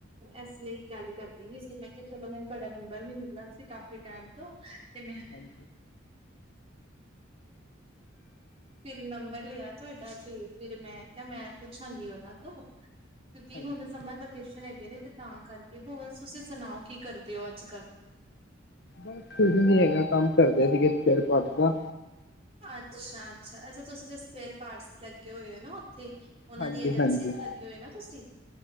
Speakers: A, on the right; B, on the left.
A: ਇਸ ਲਈ ਗੱਲ ਕਰਦੀ ਵੀ ਸੀ ਮੈਂ ਕਿਹਾ ਚਲੋ ਮੈਨੂੰ ਤੁਹਾਡਾ ਨੰਬਰ ਨੀ ਮਿਲਣਾ ਸੀ ਕ ਤੇ ਟੈਮ ਦੋ ਤੇ ਮੈਂ
B: ਹਾਂ
A: ਫਿਰ ਨੰਬਰ ਲੇਆ ਤੁਹਾਡਾ ਤੇ ਫਿਰ ਮੈਂ ਕੇਆ ਮੈਂ ਪੁੱਛਾਂਗੀ ਉਹਨਾਂ ਤੋਂ ਕਿਉਂਕਿ
B: ਹਾਂਜੀ
A: ਹੁਣ ਸਮਰ ਵੈਕੇਸ਼ਨ ਹੈਗੇ ਨੇ ਤੇ ਤਾਂ ਕਰਕੇ, ਹੋਰ ਤੁਸੀਂ ਸੁਣਾਓ ਕੀ ਕਰਦੇ ਔ ਅੱਜ ਕੱਲ੍ਹ?
B: ਬਸ ਕੁਝ ਨੀ ਹੈਗਾ ਕੰਮ ਕਰਦੇ ਸੀਗੇ ਸਪੇਅਰ ਪਾਟਸ ਦਾ।
A: ਅੱਛਾ-ਅੱਛਾ, ਅੱਛਾ ਤੁਸੀਂ ਜ ਸਪੇਅਰ ਪਾਰਟਸ ਲੱਗੇ ਹੋਏ ਹੋ ਨਾ ਓਥੇ? ਉਹਨਾਂ
B: ਹਾਂਜੀ
A: ਦੀ ਏਜੰਸੀ
B: ਹਾਂਜੀ
A: ਤੇ ਲੱਗੇ ਹੋਏ ਨਾ ਤੁਸੀਂ?